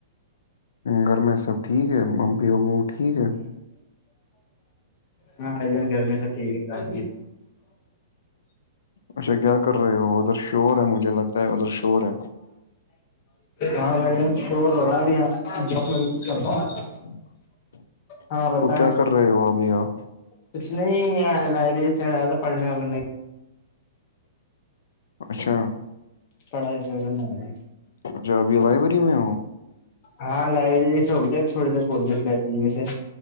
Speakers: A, on the left; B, on the left.
A: گھر میں سب ٹھیک ہے امی ابو ٹھیک ہے
B: ہاں بھائی جان گھر میں سب ٹھیک ہے
A: اچھا کیا کر رہے ہو ادھر شور ہے مجھے لگتا ہے ادھر شور ہے
B: ہاں بھائی جان شور ہو رہا اب یہاں میں کرتا ہوں
A: <inaudible>
B: ہاں بتائیں
A: تو کیا کر رہے ہو ابھی آپ
B: کچھ نہیں لائبریری سائڈ آیا تھا پڑھنے وغ نہیں
A: اچھا
B: پڑائی کا گناے
A: پنجابی لائبریری میں
B: ہاں لائبریری سے ہوگول تھوڑے د بتیس لائبریری میں سے